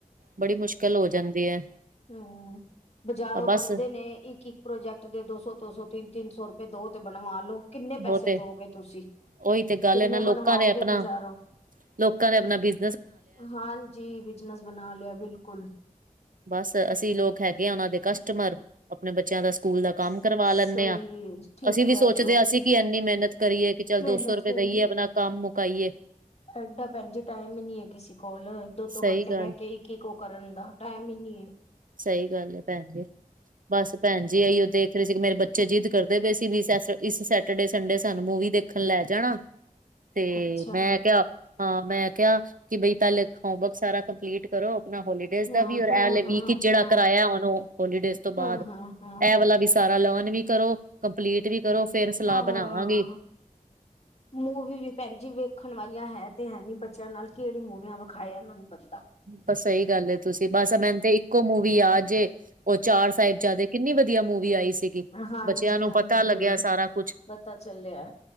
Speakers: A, on the right (about 75°); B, on the left (about 50°).
A: ਬੜੀ ਮੁਸ਼ਕਿਲ ਹੋ ਜਾਂਦੀ ਐ
B: ਹੂੰ ਬਜ਼ਾਰੋਂ
A: ਬਸ
B: ਬਣਦੇ ਨੇ ਇੱਕ ਇੱਕ। ਪ੍ਰੋਜੈਕਟ ਦੇ ਦੋ ਸੌ ਦੋ ਸੌ ਤਿੰਨ ਤਿੰਨ ਸੌ ਰੁਪਏ ਦੋ ਤੇ ਬਣਵਾ ਲੋ ਕਿੰਨੇ ਪੈਸੇ
A: ਉਹ ਤੇ
B: ਦੋਗੇ ਤੁਸੀਂ।
A: ਉਹੀ ਤੇ ਗੱਲ
B: ਕਿੰਨੇ
A: ਹੈ ਨਾ ਲੋਕਾਂ
B: ਬਣਵਾਓਗੇ
A: ਨੇ ਆਪਣਾ,
B: ਬਜ਼ਾਰੋਂ
A: ਲੋਕਾਂ ਨੇ ਆਪਣਾ ਬਿਜ਼
B: ਹਾਂਜੀ! ਬਿਜਨਸ ਬਣਾ ਲਿਆ ਬਿਲਕੁਲ।
A: ਬਸ ਅਸੀਂ ਲੋਕ ਹੈਗੇ ਹਾਂ ਉਹਨਾਂ ਦੇ ਕਸਟਮਰ ਆਪਣੇ ਬੱਚਿਆਂ ਦਾ। ਸਕੂਲ ਦਾ
B: ਸਹੀ
A: ਕੰਮ ਕਰਵਾ ਲੈਂਦੇ ਹਾਂ
B: ਠੀਕ
A: ਅਸੀਂ ਵੀ
B: ਕਹਿ
A: ਸੋਚਦੇ
B: ਰਹੇ ਹੋ
A: ਹਾਂ ਅਸੀਂ
B: ਠੀਕ
A: ਕਿ ਇੰਨੀ
B: ਕਹਿ ਰਹੇ ਹੋ
A: ਮਿਹਨਤ ਕਰੀਏ। ਚੱਲ ਦੋ
B: ਮਿਹਨਤ
A: ਸੌ ਰੁਪਏ
B: ਕਰੀਏ
A: ਦੇਈਏ ਆਪਣਾ ਕੰਮ ਮੁਕਾਈਏ।
B: ਐਡਾ ਭੈਣਜੀ ਟਾਈਮ ਹੀ ਨੀ ਹੈ ਕਿਸੇ ਕੋਲ ਦੋ ਦੋ
A: ਸਹੀ
B: ਘੰਟੇ
A: ਗੱਲ
B: ਬਹਿ ਕੇ ਇੱਕ ਇੱਕੋ ਕਰਨ ਦਾ ਟਾਈਮ ਹੀ ਨੀ ਹੈ।
A: ਸਹੀ ਗੱਲ ਹੈ ਭੈਣ ਜੀ ਬਸ। ਭੈਣਜੀ ਇਹੀਹੋ ਦੇਖ ਰਹੇ ਸੀ ਕਿ ਮੇਰੇ ਬੱਚੇ ਜਿੱਦ ਕਰਦੇ ਪਏ ਸੀ ਵੀ ਇਸ ਸੈਟਰਡੇ ਸੰਡੇ ਸਾਨੂੰ ਮੂਵੀ ਦੇਖ। ਦੇਖਣ ਲੈ ਜਾਣਾ ਤੇ
B: ਅੱਛਾ
A: ਮੈਂ ਕਿਹਾ। ਹਾਂ ਮੈਂ ਕਿਹਾ ਕਿ ਬਈ ਪਹਿਲੇ ਹੋਮਵਰਕ ਸਾਰਾ ਕੰਪਲੀਟ ਕਰੋ ਆਪਣਾ ਹੋਲੀ। ਹੋਲੀਡੇਜ਼
B: ਹਾਂ
A: ਦਾ ਵੀ ਔਰ ਇਹ
B: ਹਾਂ
A: ਵਾਲੇ
B: ਹਾਂ
A: ਵੀਕ ਵਿੱਚ ਜਿਹੜਾ
B: ਹਾਂ
A: ਕਰਵਾਇਆ ਹੁਣ ਉਹ ਹੋਲੀਡੇਜ਼ ਤੋਂ
B: ਹਾਂ
A: ਬਾਅਦ
B: ਹਾਂ ਹਾਂ
A: ਇਹ ਵਾਲਾ ਵੀ। ਸਾਰਾ ਲਰਨ ਵੀ ਕਰੋ, ਕੰਪਲੀਟ ਵੀ ਕਰੋ, ਫੇਰ ਸਲਾਹ
B: ਹਾਂ
A: ਬਣਾਵਾਂਗੇ।
B: ਮੂਵੀ ਵੀ ਭੈਣਜੀ। ਵੇਖਣ ਵਾਲੀਆਂ ਹੈ ਤੇ ਹੈ ਨੀ ਬੱਚਿਆਂ ਨਾਲ ਕਿਹੜੀ ਮੂਵੀਆਂ ਵਿਖਾਏ ਇਹਨਾਂ ਨੂੰ ਬੰਦਾ।
A: ਬਸ ਸਹੀ ਗੱਲ ਹੈ ਤੁਸੀਂ ਬਸ ਮੈਨੂੰ ਤੇ ਇੱਕੋ ਮੂਵੀ ਯਾਦ ਜੇ। ਉਹ ਚਾਰ ਸਾਹਿਬਜ਼ਾਦੇ ਕਿੰਨੀ ਵਧੀਆ ਮੂਵੀ ਆਈ ਸੀ। ਕਿ
B: ਹਾਂਜੀ
A: ਬੱਚਿਆਂ ਨੂੰ
B: ਹਾਂਜੀ
A: ਪਤਾ ਲੱਗਿਆ ਸਾਰਾ ਕੁਛ।
B: ਪਤਾ ਚੱਲਿਆ